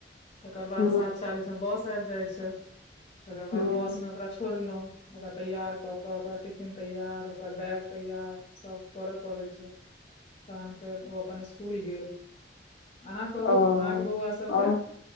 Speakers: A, on the left; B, on the left.
A: तकर बाद
B: ह
A: सात चालीस मे बस आबि जाइ छै तकर बाद
B: ह
A: बस में ओकरा छोड़लहुँ ओकरा तैयार कऽ क ओकर टिफिन तैयार ओकर बैग तैयार सब करय पड़ै छै तहन फेर ओ अपन स्कुल गेल अहाँ कहू
B: ओ
A: अहाँके बौआ सबके
B: और